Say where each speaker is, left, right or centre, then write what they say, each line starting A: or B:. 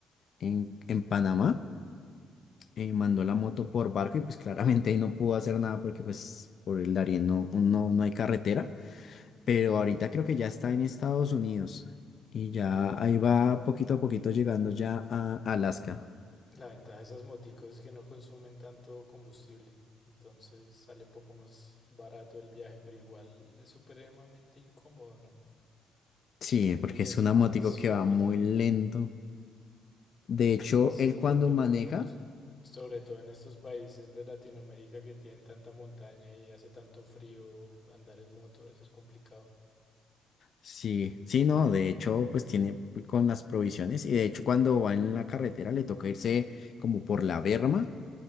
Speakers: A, on the left (about 55°); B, on the left (about 30°).
A: en, en Panamá, eh, mandó la moto por barco y pues claramente ahí no pudo hacer nada porque pues por el Darién no, no, no hay carretera, pero ahorita creo que ya está en Estados Unidos y ya ahí va poquito a poquito llegando ya a Alaska.
B: La ventaja de esas moticos es que no consumen tanto combustible. Entonces sale un poco más barato el viaje, pero igual es supremamente incómodo, ¿no?
A: Sí,
B: Ir
A: porque
B: tan despacio
A: es un motico que va muy
B: y
A: lento. De hecho,
B: Y sobre
A: él cuando
B: todo,
A: maneja,
B: sobre todo en estos países de Latinoamérica que tienen tanta montaña y hace tanto frío, andar en moto debe ser complicado.
A: sí, sí, no, de hecho, pues tiene con las provisiones y de hecho cuando va en la carretera le toca irse como por la berma,